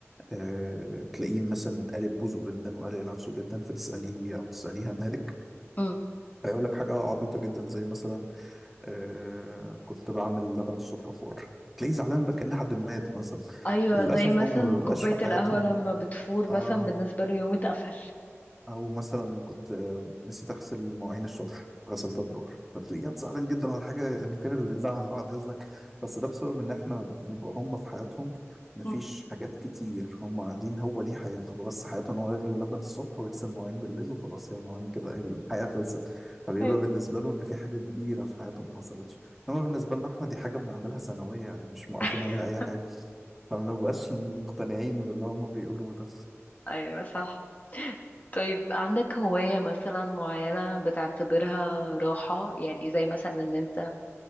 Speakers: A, in the centre; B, on the left (about 35°).
A: آه، تلاقيه مثلا قالب بوزه جدا وقالق نفسه جدا فتسأليه أو تسأليها مالك
B: مم.
A: فيقول لك حاجة عبيطة جدا زي مثلا آه، كنت بعمل لبن الصبح فور تلاقيه زعلان بقى كأن حد مات مثلا
B: ايوه
A: للأسف
B: زي مثلا
A: هم ما بيبقاش
B: كوبايه
A: في حياتهم
B: القهوه لما بتفور
A: اه
B: مثلا بالنسبه له يوم اتقفل
A: او مثلا كنت آه، نسيت اغسل مواعين الصبح غسلتها الظهر فتلاقيها زعلان جدا على حاجه يعني فين اللي زعل بعد اذنك بس ده بسبب ان احنا بنبقى هم في حياتهم مفيش
B: مم.
A: حاجات كتير هم قاعدين هو دي حياته هو بس حياته ان هو يغلي لبن الصبح ويغسل مواعين بالليل وخلاص هي المواعين كده إيه، الحياه خلصت فبيبقى
B: أيوة.
A: بالنسبه له ان في حاجه كبيره في حياته ما حصلتش انما بالنسبه لنا احنا دي حاجه بنعملها سنويه يعني مش موقفين
B: <laughs>
A: عليها اي حاجه فما بنبقاش مقتنعين باللي هم بيقولوه ده
B: ايوه صح طيب عندك هوايه مثلا معينه بتعتبرها راحه يعني زي مثلا ان انت